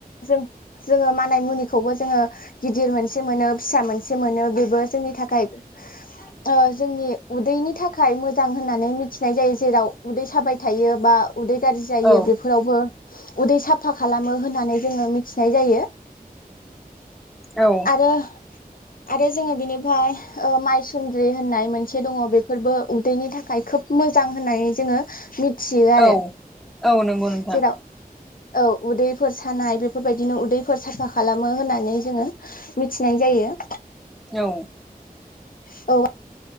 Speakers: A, on the left; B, in the centre.
A: जों जोङो मानाय मुनिखौबो जोङो गिदिर मोनसे मोनो फिसा मोनसे मोनो बेबो जोंनि थाखाय
B: <inaudible>
A: ओ जोंनि उदैनि थाखाय मोजां होननानै मिथिनाय जायो जेराव उदै साबाय थायोबा उदै गाज्रि जायो
B: औ
A: बेफोरावबो उदै साफा खालामो होननानै जोङो मिथिनाय जायो।
B: औ
A: आरो आरो जोङो बिनिफ्राय ओ माइसन्द्रि होननाय मोनसे दङ बेफोरबो उदैनि थाखाय खोब मोजां होननानै जोङो मिथियो आरो
B: औ औ नंगौ
A: जेराव
B: नोंथां
A: औ उदैफोर सानाय बेफोरबायदिनो उदैफोर साफा खालामो होननानै जोङो मिथिनाय जायो।
B: औ
A: औ